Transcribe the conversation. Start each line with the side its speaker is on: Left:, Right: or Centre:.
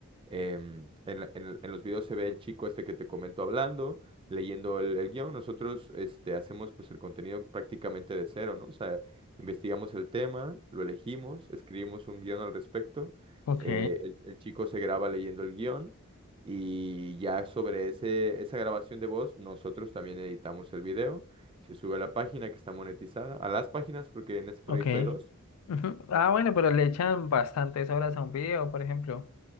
Right: Em, en, la- en el- en los videos se ve el chico este que te comento hablando, leyendo el, el guión. Nosotros este, hacemos pues el contenido prácticamente de cero, ¿no? O sea, investigamos el tema, lo elegimos, escribimos un guión al respecto
Left: Ok,
Right: eh, el, el chico se graba leyendo el guión y ya sobre ese, esa grabación de voz nosotros también editamos el video. Se sube a la página que está monetizada, a las páginas porque en este proyecto
Left: ok.
Right: hay dos.
Left: Ujú. Ah, bueno, pero le echan bastantes horas a un video, por ejemplo.